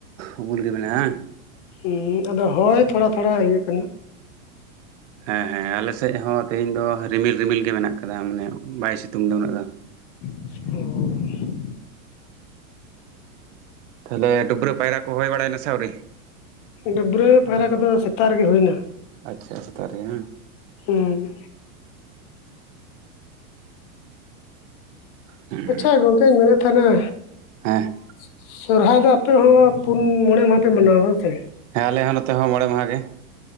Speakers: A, on the right; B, on the left.
A: ᱩᱢᱩᱞ ᱜᱮ ᱢᱤᱱᱟᱜᱼᱟ
B: ᱩᱢ ᱟᱫᱚ ᱦᱚᱭ ᱛᱷᱚᱲᱟ ᱛᱷᱚᱲᱟ ᱤᱭᱟᱹᱜ ᱠᱟᱱᱟ
A: ᱦᱮᱸ ᱦᱮᱸ ᱟᱞᱮ ᱥᱮᱪ ᱦᱚᱸ ᱛᱮᱦᱮᱧ ᱫᱚ ᱨᱤᱢᱤᱞ ᱨᱤᱢᱤᱞ ᱜᱮ ᱢᱮᱱᱟᱜ ᱠᱟᱫᱟ ᱢᱟᱱᱮ ᱵᱟᱭ ᱥᱤᱛᱩᱝ ᱫᱚ ᱩᱱᱟᱹᱜ ᱫᱚᱼᱼ
B: ᱚᱻ
A: ᱛᱷᱟᱞᱮ ᱰᱟᱹᱵᱽᱨᱟᱹ ᱯᱟᱭᱨᱟ ᱠᱚ ᱦᱚᱭ ᱵᱟᱲᱟᱭ ᱱᱟ ᱥᱮ ᱟᱣᱨᱤ
B: ᱰᱟᱹᱵᱽᱨᱟᱹ ᱯᱟᱭᱨᱟ ᱠᱚ ᱫᱚ ᱥᱮᱛᱟᱜ ᱨᱮ ᱜᱮ ᱦᱳᱭ ᱮᱱᱟ
A: ᱟᱪᱪᱷᱟ ᱥᱮᱛᱟᱜ ᱨᱮ ᱜᱮ ᱦᱩᱸ
B: ᱩᱸ
A: ᱦᱩᱸ
B: ᱟᱪᱪᱷᱟ ᱜᱚᱝᱠᱮᱧ ᱢᱮᱱᱮᱫ ᱛᱟᱦᱮᱱᱟ
A: ᱦᱮᱸ
B: <unintelligible> ᱥᱚᱨᱦᱟᱭ ᱫᱚ ᱟᱯᱮ ᱦᱚᱸ ᱯᱩᱱ ᱢᱚᱬᱮ ᱢᱟᱦᱟ ᱯᱮ ᱢᱟᱱᱟᱣᱟ ᱵᱟᱝ ᱥᱮ
A: ᱦᱮᱸ ᱟᱞᱮ ᱦᱚᱸ ᱱᱚᱛᱮ ᱦᱚᱸ ᱢᱚᱬᱮ ᱢᱟᱦᱟ ᱜᱮ᱾